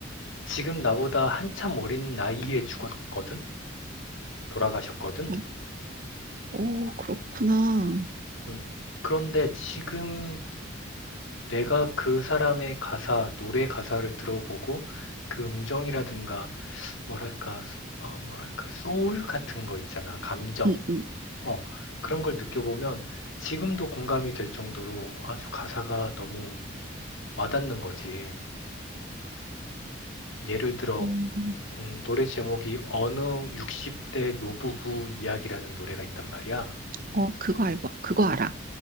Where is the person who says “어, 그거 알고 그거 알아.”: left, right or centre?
Right